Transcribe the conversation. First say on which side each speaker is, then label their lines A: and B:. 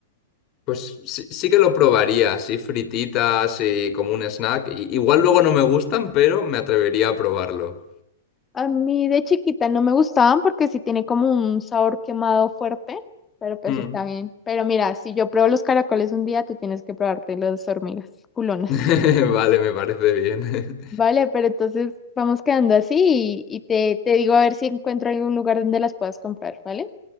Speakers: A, on the left; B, on the left.
A: Pues sí, sí que lo probaría, así frititas y como un snack. I- igual luego no me gustan, pero me atrevería a probarlo.
B: A mí de chiquita no me gustaban porque sí tiene como un sabor quemado fuerte, pero pues
A: Mm.
B: está bien. Pero mira, si yo pruebo los caracoles un día, tú tienes que probarte las hormigas culonas.
A: <laughs> Vale, me parece bien.
B: Vale, pero entonces vamos quedando así y, y te, te digo a ver si encuentro algún lugar donde las puedas comprar, ¿vale?